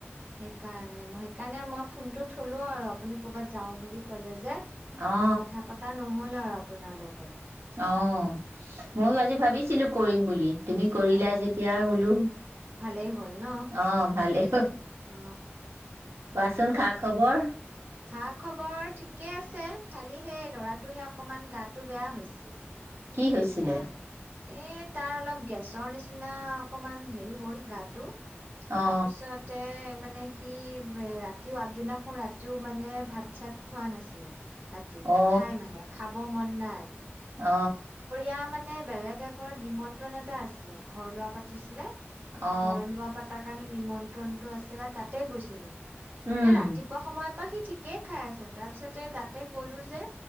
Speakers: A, on the right; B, on the right.
A: সেইকাৰণে মই সেইকাৰণে মই ফোনটো থলো আৰু আপুনি ক'বাত যাও বুলি ক'লে যে
B: অ
A: কথা পতা নহ'ল আৰু আপোনাৰ লগত।
B: অ', ময়ো
A: অ
B: আজি ভাবিছিলো, কৰিম বুলি <unintelligible> তুমি কৰিলা
A: অ
B: যেতিয়া হলো
A: ভালেই হ'ল ন
B: অ ভালেই
A: অ
B: কোৱাচোন
A: ৰাত
B: খা খবৰ?
A: খা খবৰ ঠিকে আছে খালি সেই ল'ৰাটোহে অকমান গাটো বেয়া হৈছিলে
B: কি হৈছিলে
A: তাৰ এ তাৰ অলপ গেছৰ নিচিনা অকমান হেৰি হ'ল গাটো
B: অ
A: তাৰপিছতে মানে সি ৰাতিও আগদিনাখন ৰাতিও মানে ভাত চাত খোৱা নাছিলে ৰাতি নাখায়
B: অ
A: মানে খাব মন নাই হয়
B: অ
A: এয়া মানে বেলেগ এ ঘৰত নিমন্ত্ৰণ এটা আছিলে ঘৰ লোৱা পাতিছিলে
B: অ
A: ঘৰ লোৱা পতাৰ কাৰণে নিমন নটো আছিলে তাতে গৈছিলো
B: উম
A: মানে ৰাতিপুৱা সময়ৰ পৰা সি ঠিকেই খাই আছিল, তাৰ পিছতে তাতে গ'লো যে